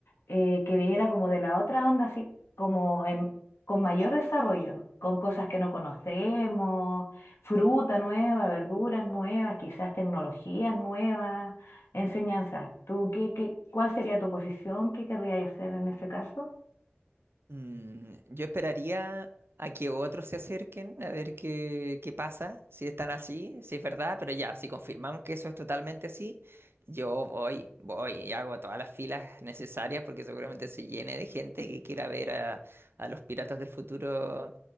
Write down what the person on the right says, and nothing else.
Mm, yo esperaría a que otros se acerquen a ver qué, qué pasa, si están así, si es verdad, pero ya, si confirmamos que eso es totalmente así, yo voy, voy y hago todas las filas necesarias porque seguramente se llene de gente que quiera ver a, a los piratas del futuro